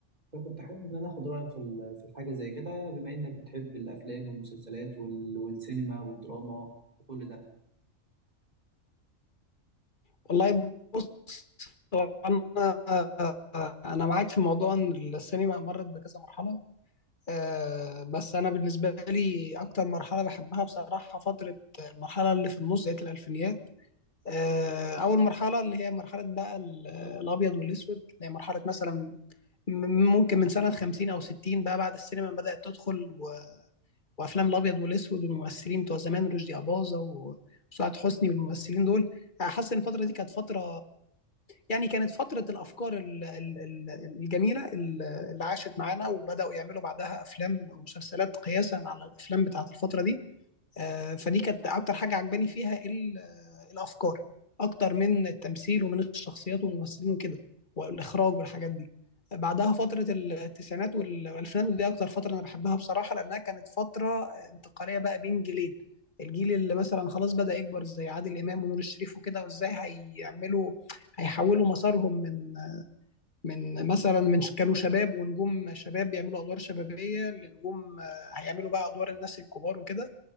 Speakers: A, on the right; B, on the left.
A: فكنت حابب إن أنا آخد رأيك في ال- في الحاجة زي كده بما إنك بتحب الأفلام والمسلسلات وال- والسينما والدراما وكل ده
B: والله بص هو انا انا معاك في موضوع ان السينما مرت بكذا مرحلة آه، بس انا بالنسبة لي اكتر مرحلة بحبها بصراحة فترة المرحلة اللي في النص بداية الالفينيات آه، اول مرحلة اللي هي مرحلة بقى ال- الابيض والاسود اللي هي مرحلة مثلا م- ممكن من سنة 50 او 60 بقى بعد السينما بدأت تدخل وافلام الابيض والاسود والممثلين بتوع زمان رشدي اباظه وسعاد حسني والممثلين دول حاسس ان الفتره دي كانت فتره يعني كانت فتره الافكار ال- ال- ال- الجميله ال- اللي عاشت معانا وبداوا يعملوا بعدها افلام ومسلسلات قياسا على الافلام بتاعت الفتره دي آه، فدي كانت اكتر حاجه عجباني فيها ال- آه، الافكار اكتر من التمثيل ومن الشخصيات والممثلين وكده والاخراج والحاجات دي بعدها فتره التسعينات وال- والالفينات ودي اكتر فتره انا بحبها بصراحه لانها كانت فتره انتقاليه بقى بين جيلين الجيل اللي مثلا خلاص بدأ يكبر زي عادل امام ونور الشريف وكده وازاي هيعملوا هيحولوا مسارهم من من مثلا من ش- كانوا شباب ونجوم شباب بيعملوا ادوار شبابيه لنجوم آه، هيعملوا بقى ادوار الناس الكبار وكده